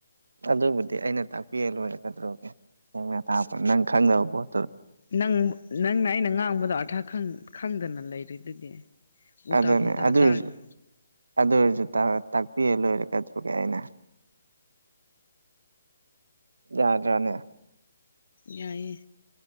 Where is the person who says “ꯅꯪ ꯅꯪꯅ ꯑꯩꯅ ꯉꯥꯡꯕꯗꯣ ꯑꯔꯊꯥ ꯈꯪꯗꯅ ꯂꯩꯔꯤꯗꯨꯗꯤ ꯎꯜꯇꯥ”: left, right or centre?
Left